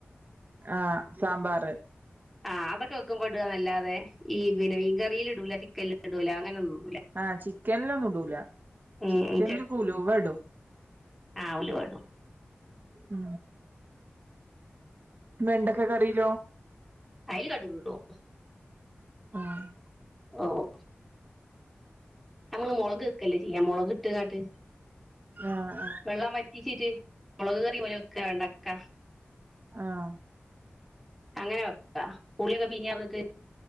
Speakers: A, on the right (about 50°); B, in the centre.
A: ആഹ് സാമ്പാർ
B: ആഹ് അതൊക്കെ വെക്ക്മ്പൊ ഇടാ ന്ന ല്ലാതെ ഈ പിന്ന ഈ മീൻ കറിയിൽ ഇടൂല ചിക്കനിൽ ഇടൂല അങ്ങനെൊന്നും
A: ആഹ് ചിക്കനിലൊന്നും ഇടൂല
B: ഉം
A: ചിക്കനില് ഉലുവ ഇടും
B: ആഹ് ഉലുവടും
A: ഉ വെണ്ടക്ക കറിലോ?
B: അയിൽ കടുക് ഇടും
A: ആഹ്
B: ഓഹ് നമ്മള് മുളക് വെക്കല്ലേ ചെയ്യാ മുളക് ഇട്ടുങ്ങാണ്ട്
A: ആഹ്
B: വെള്ളം വറ്റിച്ചിട്ട് മുളക് കറി പോല വെക്കാ വെണ്ടക്ക
A: ആഹ്
B: അങ്ങനെ വെക്കാ പുളിയൊക്കെ പീഞ്ഞു പാർന്നിട്ട്